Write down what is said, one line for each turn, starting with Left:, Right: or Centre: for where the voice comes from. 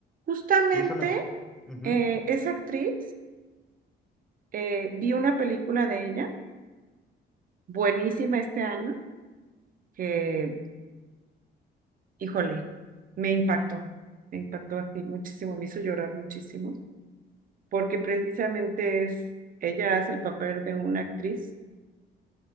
Right: Justamente
Centre: Sí, esa me gusta. Ujú.
Right: eh, esa actriz, eh, vi una película de ella buenísima este año que, híjole, me impactó, me impactó así muchísimo, me hizo llorar muchísimo, porque precisamente es, ella hace el papel de una actriz,